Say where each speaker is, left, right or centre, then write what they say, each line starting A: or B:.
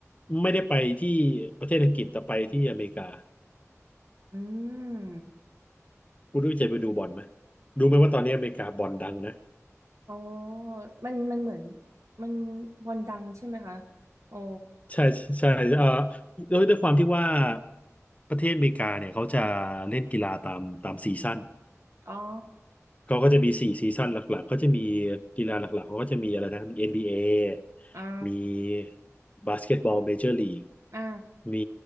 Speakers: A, on the left (about 25°); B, on the right (about 70°).
A: ไม่ได้ไปที่ประเทศอังกฤษแต่ไปที่อเมริกา
B: อืม
A: คุณอุ้ยจะไปดูบอลไหมรู้ไหมว่าตอนนี้อเมริกาบอลดังนะ
B: อ๋อมันมันเหมือนมันวันดังใช่ไหมคะอ๋อ
A: ใช่ใช่เอ่อด้วยด้วยความที่ว่าประเทศอเมริกาเนี่ยเขาจะเล่นกีฬาตามตามซีซั่น
B: อ๋อ
A: เขาก็จะมีสี่ซีซั่นหลักๆ เขาจะมีกีฬาหลักๆ เขาก็จะมีอะไรนะมีเอ็นบี b a
B: อ่า
A: มีบาสเกตบอลเมเจอร์ลีก
B: อ่า
A: มี